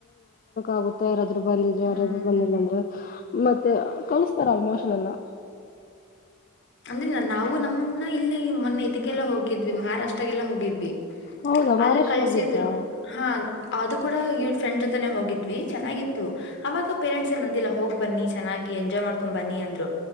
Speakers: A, on the left (about 40°); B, on the left (about 60°).
A: ಆಗುತ್ತ ಯಾರಾದ್ರು ಬಂದಿದ್ರ ಯಾರಾದ್ರು
B: ಹ್ಮ್
A: ಬಂದಿಲ್ಲ ಅಂದ್ರೆ ಮತ್ತೆ ಕಳಸ್ತಾರ ಆಲ್ಮೋಸ್ಟ್ ರಲ್ಲ
B: ಇ ನಾವು ನಮ್ಮನ್ನ ಇಲ್ಲಿ ಮೊನ್ನೆ ಇದಕ್ಕೆಲ್ಲ ಹೋಗಿದ್ವಿ ಮಹಾರಾಷ್ಟ್ರಾಗೆಲ್ಲ ಹೋಗಿದ್ವಿ.
A: ಹೌದಾ ಮಹಾರಾಷ್ಟ್ರ
B: ಅಲ್ಲಿ ಕಲ್ಸಿದ್ರು
A: ಹೋಗಿದ್ರಾ
B: ಹಾ ಅದು ಕೂಡ ಇವ್ರ್ ಫ್ರೆಂಡ್ ಜೊತೆ ತೆನೆ ಹೋಗಿದ್ವಿ ಚೆನ್ನಾಗಿತ್ತು. ಅವಾಗ ಪೇರೆಂಟ್ಸ್ ಎನ್ ನಂದಿಲ್ಲ ಹೋಗ್ ಬನ್ನಿ ಚೆನ್ನಾಗಿ ಎಂಜಾಯ್ ಮಾಡ್ಕೊಂಡ್ ಬನ್ನಿ ಅಂದ್ರು.